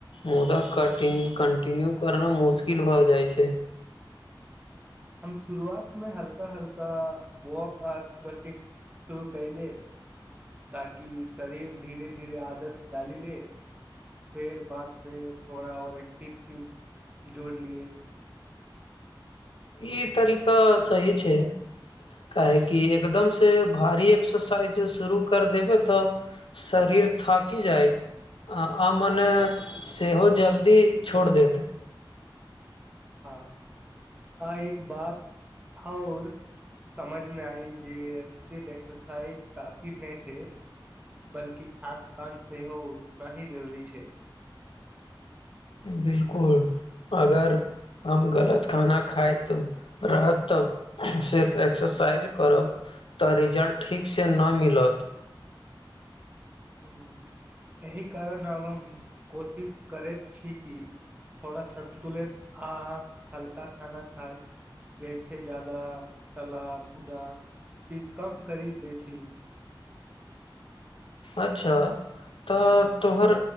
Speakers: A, on the left (about 85°); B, on the right (about 15°).
A: मुदा कटिन कंटिन्यू करना मुश्किल भऽ जाई छै
B: हम शुरुआत मे हल्का हल्का वॉक अस्ट्र शुरू कहिएले ताकि शरीर धीरे धीरे आदत डाली ले फेर बाद मे थोड़ा और एक्टिव चीज जोड़ लियए
A: इ तरीका सही छै काहेकि एकदम से भारी एक्सरसाइज शुरू कर देबे त शरीर थाकि जाइ आ, आ मने सेहो जल्दी छोड़ देत
B: ह आ एक बात आउर समझ मे आइल जे सिर एक्सरसाइज काफी नहि छैय बल्कि खा नै पान सेहो उतना ही जरूरी छै
A: बिल्कुल अगर। हम गलत खाना खाइत रहत त सिर्फ एक्सरसाइज करब तऽ रिजल्ट ठीक से नै मिलत
B: हुँ एहि कारण आब हम कोशिश करैत छी की थोड़ा सन्तुलित आ हल्का खाना खाय जैसे ज्यादा तला-भूना चीज कम करी दै छी।
A: अच्छा तऽ तोहर